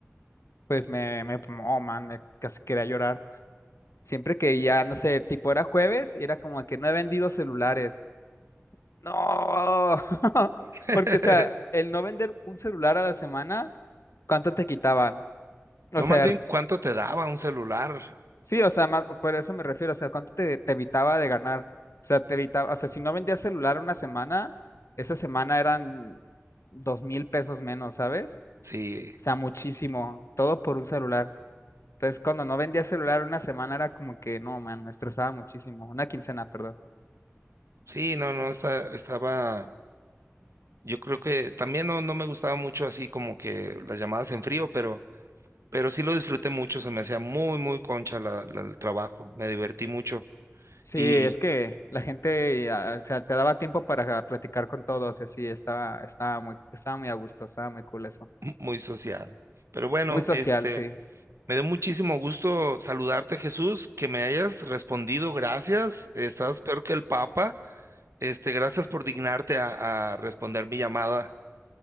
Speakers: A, on the left; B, on the right.
A: pues me, me, oh man, me casi quería llorar. Siempre que ya, no sé, tipo era jueves y era como que no he vendido celulares. No, <laughs>
B: <laughs>
A: porque o sea, el no vender un celular a la semana, ¿cuánto te quitaban? O
B: no
A: sea,
B: más bien cuánto te daba un celular,
A: sí, o sea, más, por eso me refiero, o sea, ¿cuánto te, te evitaba de ganar? O sea, te evitaba, o sea, si no vendías celular una semana, esa semana eran dos mil pesos menos, ¿sabes?
B: sí,
A: O sea, muchísimo, todo por un celular. Entonces, cuando no vendía celular una semana era como que, no, man, me estresaba muchísimo. Una quincena, perdón.
B: sí, no, no, esta- estaba, yo creo que también no, no me gustaba mucho así como que las llamadas en frío, pero, pero sí lo disfruté mucho, se me hacía muy, muy concha la- la- el trabajo, me divertí mucho
A: Sí,
B: y
A: es que la gente, ah, o sea, te daba tiempo para platicar con todos y así, estaba, estaba muy, estaba muy a gusto, estaba muy cool eso.
B: muy social. Pero bueno,
A: Muy social,
B: este...
A: sí.
B: Me dio muchísimo gusto saludarte, Jesús, que me hayas respondido. Gracias. Estás peor que el Papa. Este, gracias por dignarte a, a responder mi llamada.